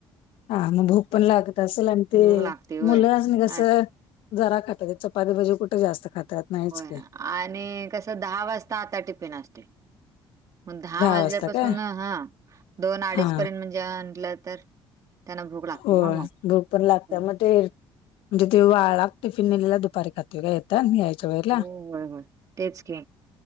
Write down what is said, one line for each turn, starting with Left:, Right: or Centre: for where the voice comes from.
Left: हा मग भूक पण लागत असेल आणि ते
Right: भूक लागते होय.
Left: मुलं अजून कसं-
Right: आ-
Left: जरा खातात चपाती भाजी कुठे जास्त खातात. नाहीच
Right: होय
Left: की
Right: आणि कसं दहा वाजता आता टिफिन असतोय. मग दहा वाजल्यापासून
Left: वाजता काय
Right: हा दोन अडीच
Left: हा
Right: पर्यंत म्हणजे म्हलं तर- त्यांना भूक लागते
Left: हो
Right: ना मग.
Left: भूक पण लागते
Right: हम्म.
Left: मग ते म्हणजे ते वाळा टिफिन नलेला दुपारी खातो. ते का येतात यायच्या वेळेला.
Right: हो होय होय तेच की